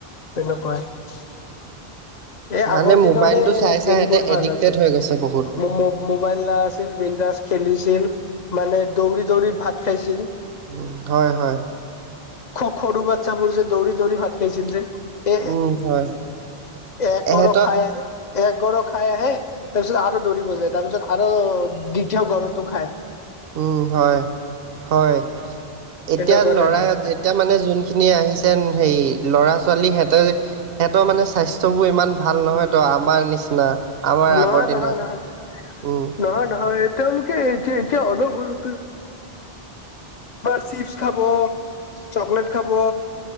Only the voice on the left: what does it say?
তেনেকুৱাই এই
আগৰ দিনৰে
দিন বহুত ভাল
আছিল
ম ম মোবাইল না আছিল বিনডাছ খেলিছিল মানে দৌৰি দৌৰি ভাত খাইছিল
স স সৰু বাচ্ছাবোৰ যে দৌৰি দৌৰি ভাত খাইছিল যে এ
এ এক
গৰ খাই এক গৰ খাই আহে তাৰপিছত আৰু দৌৰিব যায় তাৰপিছত আৰু দ্বিতীয় গৰ টো খায়
তেনেকুৱা
টাইম
নহয়
নহয়
নহয়
নহয় নহয় তেওঁলোকে এতিয়া এতিয়া অলপ হলেওটো কাৰ চিপছ খাব চকলেট খাব